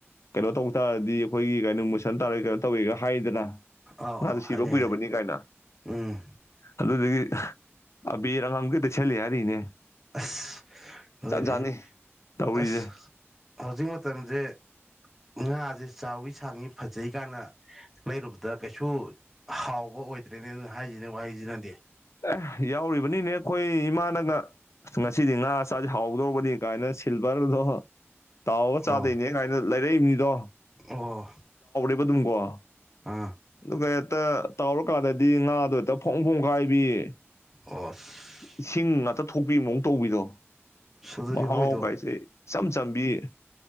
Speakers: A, on the left (about 80°); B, in the centre.
A: ꯀꯩꯅꯣ ꯇꯧ ꯇꯥꯔꯗꯤ ꯑꯩꯈꯣꯏꯒꯤ ꯀꯩꯅꯣ ꯃꯨꯁꯟ ꯇꯥꯔꯦꯒ ꯇꯧꯋꯦꯒ ꯍꯥꯏꯗꯅ
B: ꯑꯥ ꯑꯣ
A: ꯍꯅ ꯁꯤꯕ
B: ꯍꯥꯏꯅꯩ
A: ꯀꯨꯏꯔꯕꯅꯤ
B: ꯍꯥꯏꯅꯩ
A: ꯀꯥꯏꯅ
B: ꯎꯝ
A: ꯑꯗꯨꯗꯒꯤ ꯑꯕꯤꯔ ꯑꯉꯥꯡꯕꯗ ꯇꯩꯁꯤꯜꯂꯤ ꯍꯥꯏꯔꯤꯅꯦ
B: ꯑꯁ ꯂꯣꯏꯔꯦ
A: ꯖꯥꯠ ꯖꯥꯠꯅꯤ ꯇꯧꯔꯤꯁꯦ
B: ꯑꯁ ꯍꯧꯖꯤꯛ ꯃꯇꯝꯖꯦ ꯉꯥꯁꯦ ꯆꯥꯎꯋꯤ ꯁꯥꯡꯏꯤ ꯐꯖꯩ ꯀꯥꯏꯅ ꯂꯩꯔꯨꯕꯗ ꯀꯩꯁꯨ ꯍꯥꯎꯕ ꯑꯣꯏꯗ꯭ꯔꯦꯅꯦ ꯑꯗꯨꯅ ꯍꯥꯏꯁꯤꯅꯦ ꯋꯥꯍꯩꯁꯤꯅꯗꯤ
A: ꯑꯦ ꯌꯥꯎꯔꯤꯕꯅꯤꯅꯦ ꯑꯩꯈꯣꯏ ꯏꯃꯥꯅꯒ ꯉꯁꯤꯗꯤ ꯉꯥ ꯆꯥꯁꯤ ꯍꯥꯎꯗꯧꯔꯕꯅꯤ ꯀꯥꯏꯅ ꯁꯤꯜꯚꯔꯗꯣ ꯇꯥꯎꯔꯒ ꯆꯥꯗꯣꯏꯅꯦ
B: ꯑꯣ
A: ꯀꯥꯏꯅ ꯂꯩ ꯇꯩ ꯃꯤꯗꯣ
B: ꯑꯣ
A: ꯑꯗꯨꯗꯨꯝꯀꯣ
B: ꯑꯥ
A: ꯍꯦꯛꯇ ꯇꯥꯎꯔꯀꯥꯟꯗꯗꯤ ꯉꯥꯗꯣ ꯍꯦꯛꯇ ꯐꯣꯡ ꯐꯣꯡꯀꯥꯏꯕꯤ
B: ꯑꯣ ꯑꯁ
A: ꯏꯁꯤꯡ ꯉꯥꯛꯇ ꯊꯣꯛꯄꯤ ꯃꯑꯣꯡ ꯇꯧꯕꯤꯗꯣ
B: ꯑꯗꯨꯗꯤ
A: ꯃꯍꯥꯎ
B: ꯃꯣꯏꯗꯣ
A: ꯀꯥꯏꯁꯦ ꯏꯆꯝ ꯆꯝꯕꯤ